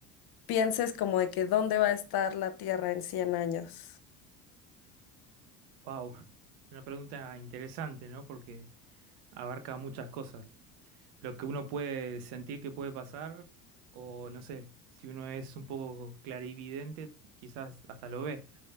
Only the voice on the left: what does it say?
pienses como de que dónde va a estar la Tierra en 100 años.